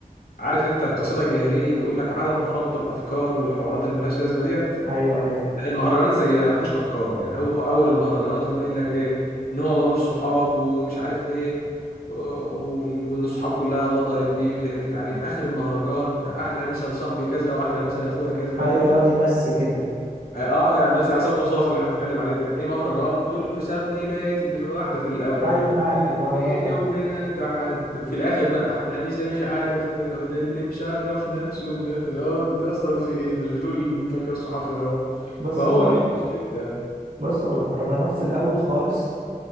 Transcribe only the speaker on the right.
ايوه عارفها
ايوه
يقعد يمسي كده
ايوه انا عارف
المهرجان
ده
بص
هو
بص هو المهرجانات في الاول خالص